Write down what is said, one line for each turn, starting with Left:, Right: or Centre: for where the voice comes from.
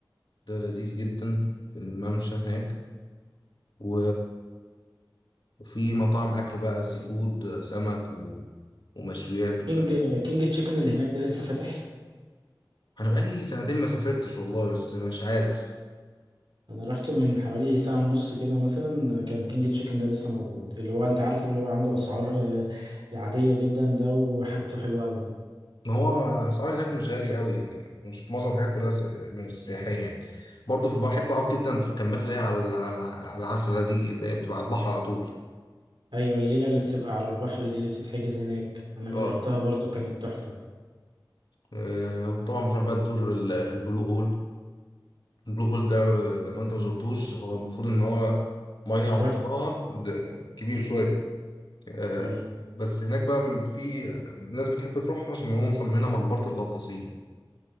Left: ده لذيذ جدا في الممشى هناك و... وفي مطاعم اكل بقى سي فود سمك و... ومشويات وكده
Right: كينج كينج تشيكن اللي هناك ده لسه فاتح
Left: انا بقالي سنتين ما سافرتش والله بس مش عارف
Right: انا رحته من حوالي ساعة ونص كده مثلا كان كينج تشيكن ده لسه موجود اللي هو انت عارفه اللي هو عنده اسعار آه، عادية جدا ده وحاجته حلوة قوي
Left: ما هو اسعار هناك مش غالي قوي يعني مش معظم الحاجات كلها سي- مش سياحيه يعني برضه في بحب اقعد جدا في الكامبات اللي هي على على على العسله دي اللي هي بتبقى على البحر على طول
Right: ايوه الليلة اللي بتبقى على البحر دي اللي بتتحجز هناك انا جربتها
Left: اه
Right: برضو كانت تحفة
Left: آه، وطبعا بتروح بقى تزور ال- البلو هول البلو هول ده آه، لو انت ما زرتوش هو المفروض ان هو ميه عمقها
Right: رحت
Left: ده كبير شويه آه،
Right: ايوه
Left: بس هناك بقى في ناس بتحب تروحها عشان هو مسمينها مقبرة الغطاسين